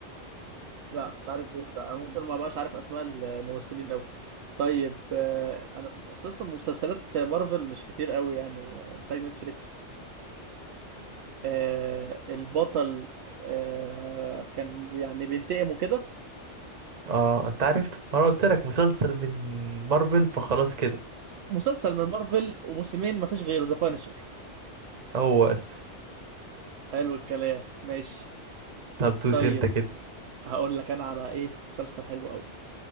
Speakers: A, on the right; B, on the right.
A: لا مش عارف إيه ده انا ممكن ما بقاش عارف اسماء الممثلين قوي طيب آه، انا اساسا مسلسلات مارفل مش كتير قوي يعني انتاج نتفليكس آه، البطل آه، كان يعني بينتقم وكده
B: اه انت عرفت ما انا قلت لك مسلسل من مارفل فخلاص كده
A: مسلسل من مارفل وموسمين مفيش غيره ذا بانشر
B: هو است
A: حلو الكلام ماشي
B: طب دوس
A: طيب
B: انت كده
A: هقول لك انا على ايه مسلسل حلو قوي